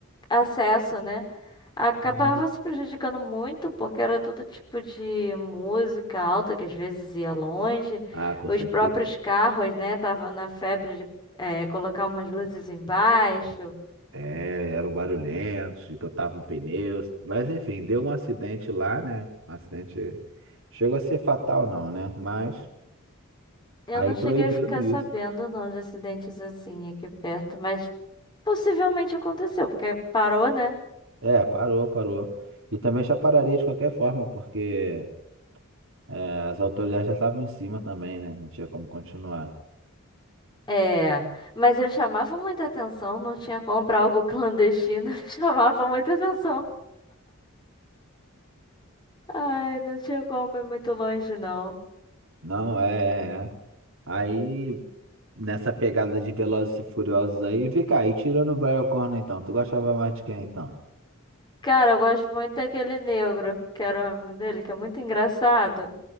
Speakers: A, on the left; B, on the right.
A: acesso, né? Acabava
B: Sim.
A: se prejudicando muito, porque era todo tipo de música alta, que às vezes ia longe.
B: Ah, com
A: Os
B: certeza.
A: próprios carros, né? Tava na febre de eh, colocar umas luzes embaixo.
B: É, eram barulhentos, que em pneus. Mas enfim, deu um acidente lá, né? Um acidente. Chegou a ser fatal, não, né? Mas
A: Eu
B: aí
A: não
B: proibiram
A: cheguei a ficar
B: isso.
A: sabendo, não, de acidentes assim aqui perto, mas possivelmente aconteceu, porque parou, né?
B: É, parou, parou. E também já pararia de qualquer forma, porque é, as autoridades já estavam em cima também, né? Não tinha como continuar.
A: É, mas eles chamavam muita atenção, não tinha como pra algo clandestino, <laughs> chamavam muita atenção. Ai, não tinha como ir muito longe, não.
B: Não, é, é, é. Aí. nessa pegada de Velozes e Furiosos aí. Vem cá, e tirando o Brian O'Connor então, tu gostava mais de quem então?
A: Cara, eu gosto muito daquele negro, que era um amigo dele, que é muito engraçado.